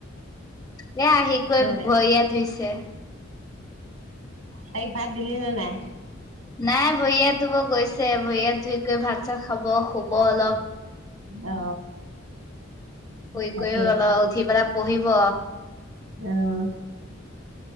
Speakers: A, on the left; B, on the right.
A: এতিয়া আহি কৰি
B: তাইক
A: ভৰি হাত ধুইছে।
B: তাইক ভাত দিলি নে নাই?
A: নাই ভৰি হাত ধুব গৈছ ছে ভৰি হাত ধুই কে ভাত চাত খাব শুব অলপ।
B: অ।
A: শুই
B: তাকে
A: কৰি অলপ উঠি পেলাই পঢ়িব।
B: অঁহ।